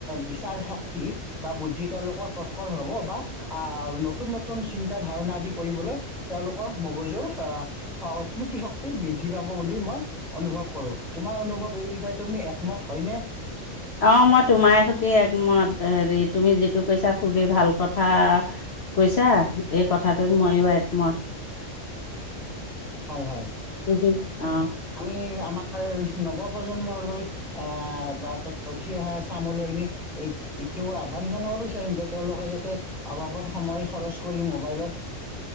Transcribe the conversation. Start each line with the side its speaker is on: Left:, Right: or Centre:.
Centre: বিচাৰ শক্তি বা বুদ্ধি তেওঁলোকৰ প্ৰখৰ হব বা আহ নতুন নতুন চিন্তাধাৰণা আদি কৰিবলৈ তেওঁলোকৰ মগজুৰ আহ স্মৃতিশক্তি বৃদ্ধি পাব বুলি মই অনুভৱ কৰো, তোমাৰ অনুভৱ এই বিষয়ে, তুমি একমত হয়নে?
Left: অ মই তোমাৰ সৈতে একমত। হেৰি তুমি যিটো কৈছা খুবেই ভাল কথা কৈছা, এই কথাটোত মইও একমত
Centre: হয় হয়।
Left: তুমি অ
Centre: আমি আমাৰ নৱপ্ৰজন্মলৈ আহ বা উঠি অহা চামলৈ আমি এইটো আহ্বান জনাব বিচাৰিম যে তেওঁলোকে যাতে অভাৱত সময় খৰচ কৰি মোবাইলত